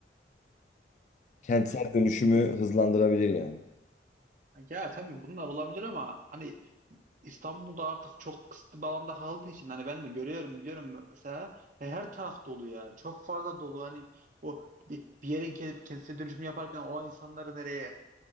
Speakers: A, on the left (about 40°); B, on the right (about 45°).
A: Kentsel
B: hani
A: dönüşümü hızlandırabilir yani.
B: ya tabii bunlar olabilir ama hani İstanbul'da artık çok kısıtlı bir alanda kaldığı için hani ben de görüyorum gidiyorum mesela he, her taraf dolu yani çok fazla dolu hani o bir, bir yerin ke- kendisine dönüşümü yaparken o insanları nereye